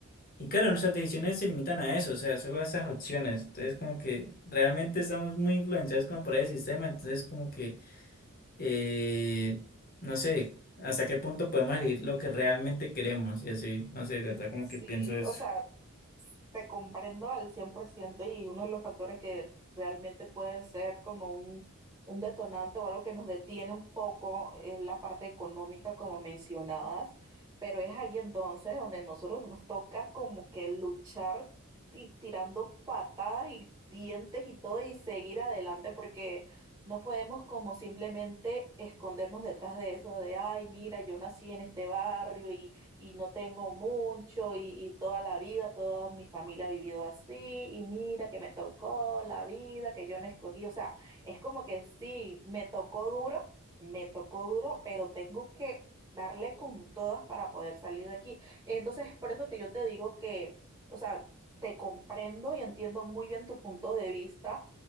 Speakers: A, on the left; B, on the right.
A: Y claro, nuestras decisiones se limitan a eso, o sea, solo a esas opciones. Entonces, como que realmente estamos muy influenciados como por el sistema, entonces como que, eh, no sé, hasta qué punto podemos elegir lo que realmente queremos y así, no sé, de verdad
B: Mm,
A: como
B: Sí,
A: que pienso eso.
B: o sea, te comprendo al 100% y uno de los factores que realmente puede ser como un, un detonante o algo que nos detiene un poco es la parte económica, como mencionabas, pero es ahí entonces donde nosotros nos toca como que luchar ti- tirando patadas y dientes y todo y seguir adelante porque... No podemos como simplemente escondernos detrás de eso de, ay, mira, yo nací en este barrio y no tengo mucho y, y toda la vida, toda mi familia ha vivido así y mira que me tocó la vida que yo no escogí. O sea, es como que sí, me tocó duro, me tocó duro, pero tengo que darle con todas para poder salir de aquí. Entonces, es por eso que yo te digo que, o sea, te comprendo y entiendo muy bien tu punto de vista,